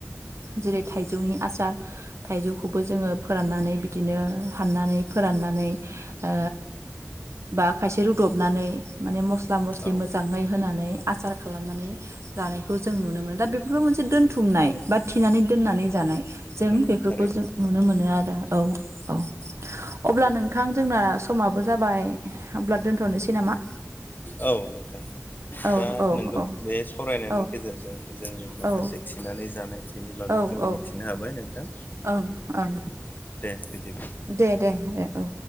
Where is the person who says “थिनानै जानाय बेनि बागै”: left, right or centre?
Left